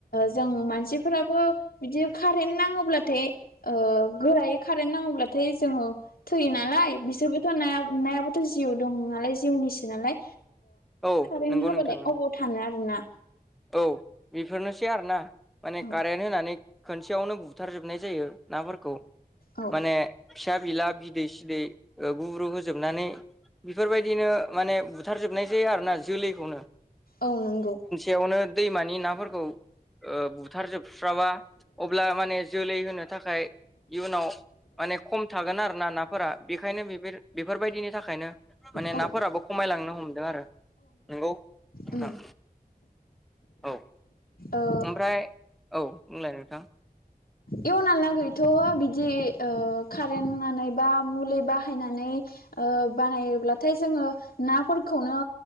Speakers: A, on the left (about 65°); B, in the centre.
A: जों मानसिफोराबो बिदि कारेन्ट नाङोब्लाथाय गोरायै खार खारेन नाङोब्लाथाय जोङो थैयोना नालाय बिसोरबोथ' नायाबोथ' जिउ दं नालाय जिउनिसो नालाय
B: औ
A: कारेन्ट
B: नंगौ
A: होबालाय
B: नोंथां नंगौ
A: अबाव थानो आरो ना
B: औ बेफोरनोसै आरोना माने
A: औ
B: कारेन्ट होनानै खोनसेयावनो बुथारजोबनाय जायो नाफोरखौ
A: औ
B: माने फिसा बिला बिदै सिदै गुब्रु होजोबनानै बेफोरबायदिनो माने बुथारजोबनाय जायो आरोना जोलैखौनो
A: औ नंगौ।
B: बेयावनो दैमानि नाफोरखौ ओ बुथारजोबस्राबा अब्ला माने जोलै होनो थाखाय इयुनाव माने खम थागोन आरो ना नाफोरा बेखायनो बेफोर बेफोरबायदिनि थाखायनो माने
A: औ
B: नाफोराबो खमायलांनो हमदों आरो नंगौ नोंथां
A: उम
B: औ ओमफ्राय
A: ओ
B: औ बुंलाय नोंथां
A: एयुनावहालागैथ' बिदि ओ कारेन्ट होनानै बा मुलि बाहायनानै ओ बानायोब्लाथाय जोङो नाफोरखौनो